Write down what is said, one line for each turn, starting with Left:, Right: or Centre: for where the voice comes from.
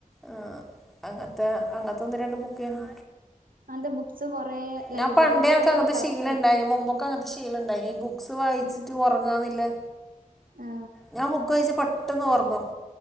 Centre: ആഹ് അങ്ങൻത്തെ അങ്ങൻത്തെ ഒന്ന് രണ്ട് ബുക്കെന്നു
Right: അൻന്താ ബുക്സ് കൊറേ ലൈബ്രറിയിലൊക്കെ
Centre: ഞാൻ പണ്ടേക്കെ അങ്ങൻത്തെ
Right: പോയി തപ്പി
Centre: ശീലംണ്ടായിന് മുമ്പൊ ക്കങ്ങൻത്തെ ശീലണ്ടായിനി ഈ ബുക്സ് വായിച്ചിട്ട്
Right: ആ
Centre: ഒറങ്ങാന്നില്ലെ
Right: ആ
Centre: ഞാൻ ബുക്ക്‌ വായിച്ച പെട്ടെന്നോർങ്ങും